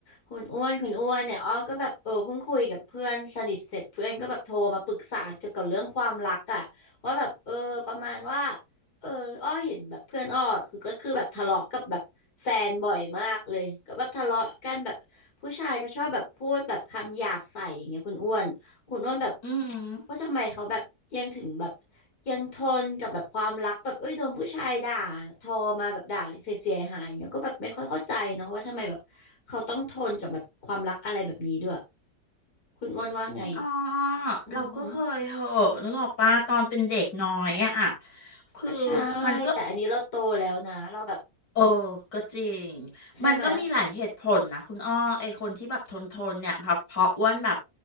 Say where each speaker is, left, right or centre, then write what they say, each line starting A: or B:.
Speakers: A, on the left; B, on the left.
A: คุณอ้วนคุณอ้วนเนี่ยอ้อก็แบบเออเพิ่งคุยกับเพื่อนสนิทเสร็จเพื่อนก็แบบโทรมาปรึกษาเกี่ยวกับเรื่องความรักอะว่าแบบเออประมาณว่าเอออ้อเห็นแบบเพื่อนอ้อคือก็คือแบบทะเลาะกับแบบแฟนบ่อยมากเลยก็แบบทะเลาะกันแบบผู้ชายก็ชอบแบบพูดแบบคำหยาบใส่อย่างเงี้ยคุณอ้วน คุณโน้วนแบบ
B: อืม
A: ว่าทำไมเขาแบบยังถึงแบบยังทนกับแบบความรักแบบเอ้ยโดนผู้ชายด่าทอมาแบบด่าเสียเสียหายๆเงี้ยก็แบบไม่ค่อยเข้าใจเนาะว่าทำไมแบบเขาต้องทนกับแบบความรักอะไรแบบนี้ด้วยคุณอ้วนว่าไง
B: คุณอ้อ
A: อือหือ
B: เราก็เคยเหอะนึกออกปะตอนเป็นเด็กน้อยอะคือ
A: ก็ใช่
B: มันก็
A: แต่อันนี้เราโตแล้วนะเราแบบ
B: เออก็จริง
A: ใช่ไหมย
B: มันก็มีหลายเหตุผลนะคุณอ้อไอคนที่แบบทนทนเนี่ยพอพออ้วนแบบ